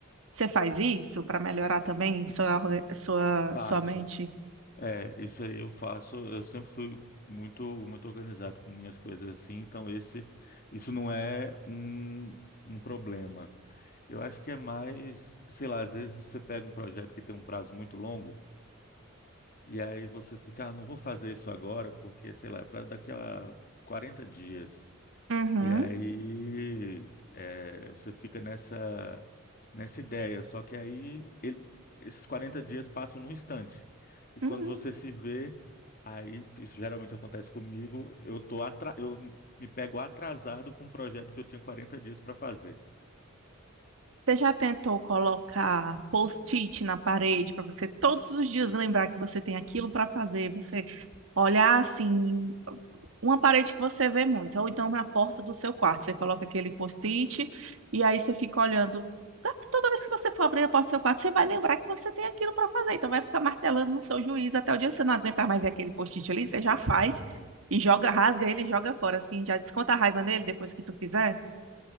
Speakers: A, on the right (about 65°); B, on the left (about 45°).
A: Você faz isso para melhorar também sua, orga- sua,
B: Passo.
A: sua mente?
B: É, isso aí eu faço. Eu sempre fui muito muito organizado com minhas coisas assim, então esse isso não é um, um problema. Eu acho que é mais, sei lá, às vezes você pega um projeto que tem um prazo muito longo e aí você fica, ah, não vou fazer isso agora porque, sei lá, é para daqui a 40 dias.
A: Uhum,
B: E aí é, você fica nessa, nessa ideia, só que aí ele- esses 40 dias passam num instante. E
A: uhum.
B: quando você se vê, aí isso geralmente acontece comigo, eu tô atra- eu me pego atrasado com um projeto que eu tinha 40 dias para fazer.
A: Você já tentou colocar post-it na parede para você todos os dias lembrar que você tem aquilo para fazer? Você olhar assim, uma parede que você vê muito, ou então na porta do seu quarto, você coloca aquele post-it e aí você fica olhando. Tá, Toda vez que você for abrir a porta do seu quarto, você vai lembrar que você tem aquilo para fazer. Então vai ficar martelando no seu juiz até o dia que você não aguentar mais ver aquele post-it ali, você já faz e joga, rasga ele e joga fora, assim, já desconta a raiva nele depois que tu fizer.